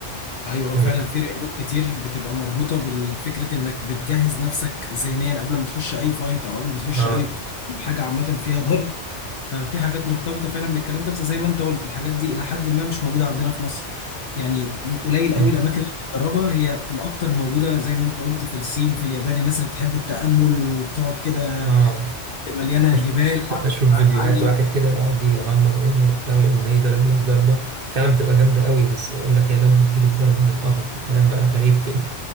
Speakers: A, on the left; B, on the right.
A: ايوه هو
B: يعني
A: فعلا في رياضات كتير بتبقى مربوطه بالفكره انك بتجهز نفسك ذهنيا قبل ما تخش اي فايت او قبل ما تخش
B: اه
A: اي بط- حاجه عامه فيها ضرب ففي حاجات مرتبطه فعلا بالكلام ده بس زي ما انت قلت الحاجات دي الى حد ما مش موجوده عندنا في مصر يعني م- قليل
B: مم.
A: قوي الاماكن اللي بتدربها هي الاكتر موجوده زي ما انت قلت في الصين في اليابان الناس اللي بتحب التامل وبتقعد كده
B: اه
A: مليانه
B: أش-
A: جبال
B: أش- <laughs>
A: وعلى
B: أشوف
A: ارتفاعات
B: فيديوهات
A: عاليه
B: واحد كده يقعد يغمض عينه وبتاع ويقوم جاي ضارب لك ضربة فعلا بتبقى جامدة قوي بس يقول لك يا بان بتجيب الضربة من الأرض كلام بقى غريب كده